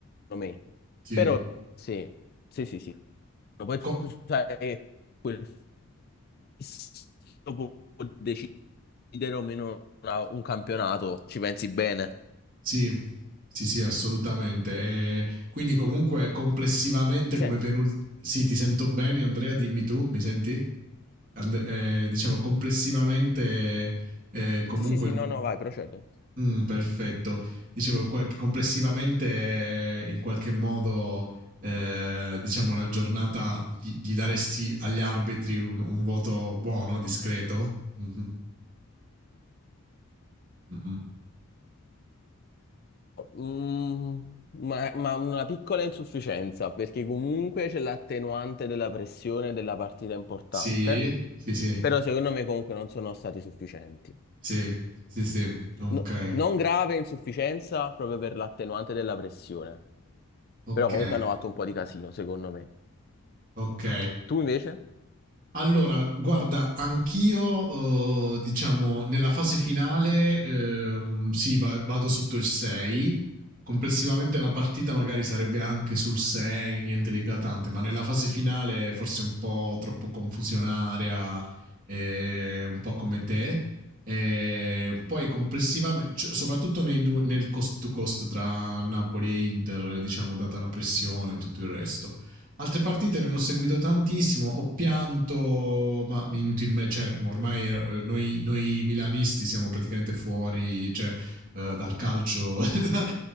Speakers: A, on the left; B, on the right.
A: me.
B: sì,
A: Però sì, sì, sì, sì. Poi tu
B: Co-
A: sai quel fisico può decidere o meno una- un campionato, ci pensi bene.
B: sì, sì, sì, assolutamente. E quindi comunque complessivamente
A: Mi
B: come
A: senti?
B: penultimo... Sì, ti sento bene, Andrea, dimmi tu, mi senti? And- eh, diciamo complessivamente, eh, comunque
A: Sì, sì, sì, no, no, vai, procedi.
B: Mm, perfetto. Dicevo qua- che complessivamente, eh, in qualche modo, eh, diciamo, la giornata gli, gli daresti agli arbitri un, un voto buono, discreto? Mhm. Mm-mm.
A: Mm, ma, ma una piccola insufficienza, perché comunque c'è l'attenuante della pressione della partita importante.
B: Sì, sì, sì,
A: Però secondo me comunque non sono stati sufficienti.
B: sì, sì, sì. Ok,
A: No- non grave insufficienza proprio per l'attenuante della pressione,
B: ok,
A: però comunque hanno fatto un po' di casino, secondo me.
B: ok.
A: Tu invece?
B: Allora, guarda, anch'io, eh, diciamo, nella fase finale, ehm, sì, va- vado sotto il 6. Complessivamente la partita magari sarebbe anche sul 6, niente di eclatante, ma nella fase finale forse un po' troppo confusionaria, eh, un po' come te. E poi complessivamente, cioè, soprattutto nei due- nel cost to cost tra Napoli e Inter, diciamo, data la pressione e tutto il resto. Altre partite non ho seguito tantissimo, ho pianto, ma inutilmente, cioè ormai eh, noi, noi milanisti siamo praticamente fuori cioè, eh, dal calcio <laughs> da,